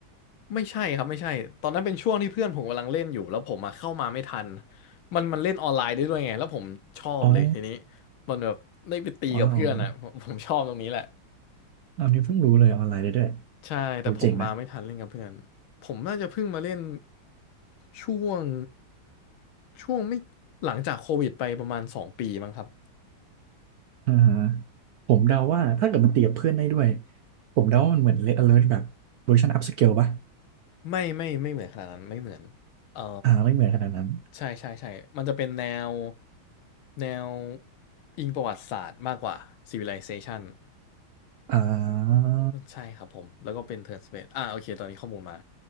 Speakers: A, on the left (about 75°); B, on the right (about 70°).
A: ไม่ใช่ครับไม่ใช่ตอนนั้นเป็นช่วงที่เพื่อนผมกำลังเล่นอยู่แล้วผมมาเข้ามาไม่ทันมันมันเล่นออนไลน์ได้ด้วยไงแล้วผมชอบเลยทีนี้
B: อ๋อ
A: มันแบบได้ไปตีกับเพื่อนอ่ะผมผมชอบตรงนี้แหละ
B: ว้าวเอันนี้เพิ่งรู้เลยออนไลน์ได้ด้วย
A: ใช่แต่ผมมาไม่ทันเล่นกับเพื่อน
B: โหเจ๋งนะ
A: ผมน่าจะเพิ่งมาเล่นช่วงช่วงไม่หลังจากโควิดไปประมาณสองปีมั้งครับ
B: อ่าฮะผมเดาว่าถ้าเกิดมันตีกับเพื่อนได้ด้วยผมเดาว่ามันเหมือน Red Alert แบบเวอร์ชัน upscale ป่ะ
A: ไม่ไม่ไม่เหมือนขนาดนั้นไม่เหมือนเออ
B: อ่าไม่เหมือนขนาดนั้น
A: ใช่ใช่ใช่มันจะเป็นแนวแนวอิงประวัติศาสตร์มากกว่า Civilization
B: อ่า
A: ใช่ครับผมแล้วก็เป็น Turn p a c e อ่าโอเคตอนนี้ข้อมูลมา